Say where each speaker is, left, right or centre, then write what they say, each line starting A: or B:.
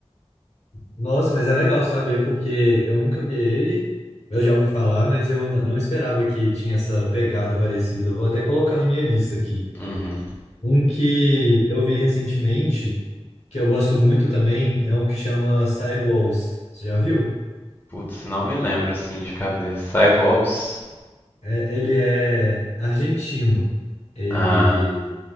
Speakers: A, on the left; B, on the left.
A: Nossa, mas é legal saber, porque eu nunca vi ele. Eu já ouvi falar, mas eu n- não esperava que tinha essa pegada parecida. Vou até colocar na minha lista aqui.
B: Uhum.
A: Um que eu vi recentemente, que eu gosto muito também, é um que chama Sidewalls. Você já viu?
B: Putz, não me lembro assim de cabeça. Sidewalls?
A: É- ele é argentino. Ele,
B: Ah.